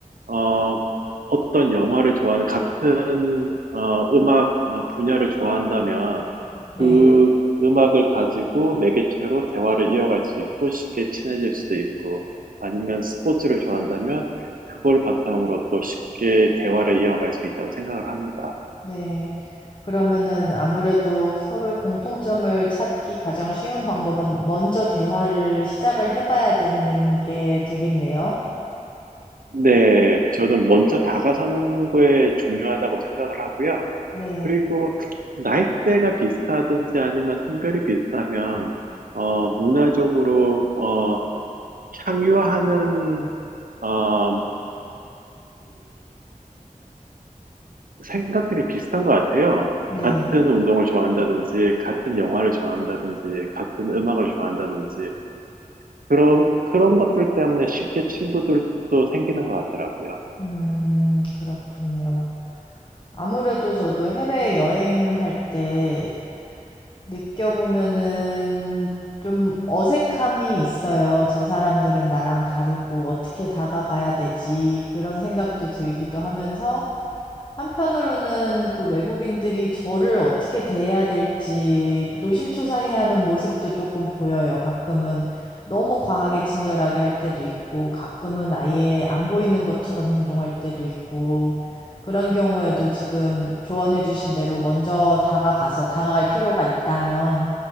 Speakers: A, on the right; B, on the left.
A: 어 어떤 영화를 좋아하는 같은 어 음악 어, 분야를 좋아한다면
B: 네,
A: 그 음악을 가지고 매개체로 대화를 이어갈 수 있고 쉽게 친해질 수도 있고 아니면 스포츠를 좋아한다면 그걸 바탕으로 또 쉽게 대화를 이어갈 수 있다고 생각을 합니다.
B: 네. 그러면은 아무래도 서로의 공통점을 찾기 가장 쉬운 방법은 먼저 대화를 시작을 해봐야 되는 게 되겠네요.
A: 네, 저는 먼저 다가서는 게 중요하다고 생각을 하고요.
B: 네,
A: 그리고 나이대가 비슷하든지 아니면 성별이 비슷하면 어 문화적으로 어 향유하는 어그 생각들이 비슷한 것 같아요.
B: 네.
A: 같은 운동을 좋아한다든지 같은 영화를 좋아한다든지 같은 음악을 좋아한다든지 그런 그런 것들 때문에 쉽게 친구들도 생기는 것 같더라고요.
B: 음, 그렇군요. 아무래도 저도 해외 여행할 때 느껴보면은 좀 어색함이 있어요. '저 사람들은 나랑 다르고 어떻게 다가가야 되지?' 그런 생각도 들기도 하면서 한편으로는 그 외국인들이 저를 어떻게 대해야 될지 노심초사해야 하는 모습도 조금 보여요. 가끔은 너무 과하게 친절하게 할 때도 있고 가끔은 아예 안 보이는 것처럼 행동할 때도 있고 그런 경우에도 지금 조언해 주신 대로 먼저 다가가서 다가갈 필요가 있다면